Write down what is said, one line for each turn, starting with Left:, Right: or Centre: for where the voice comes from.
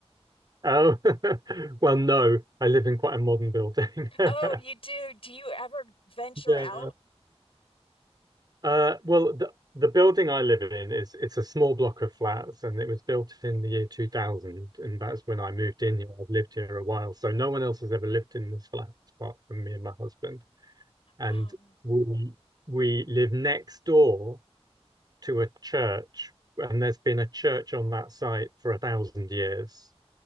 Right: Oh, <laughs> well, no, I live in quite a modern building. <laughs> I,
Left: Oh, you do. Do you ever venture
Right: yeah.
Left: out?
Right: Uh, well, the the building I live in is it's a small block of flats, and it was built in the year 2000, and that's when I moved in here. I've lived here a while, so no one else has ever lived in this flat apart from me and my husband. And
Left: Um,
Right: we we live next door to a church, and there's been a church on that site for a thousand years.